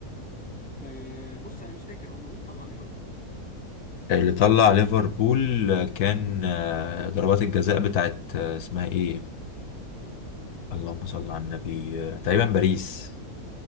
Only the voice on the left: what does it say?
اللي طلع ليفربول كان آه، ضربات الجزاء بتاعت آه، اسمها إيه؟ اللهم صل على النبي آه، تقريبا باريس